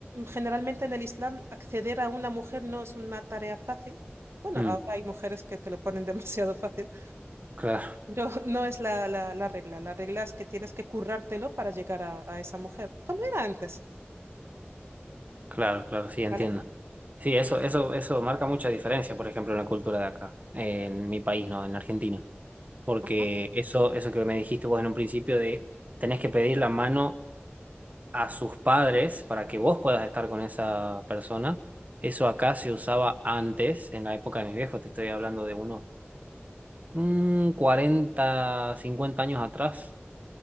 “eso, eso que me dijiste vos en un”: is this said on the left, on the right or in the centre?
Right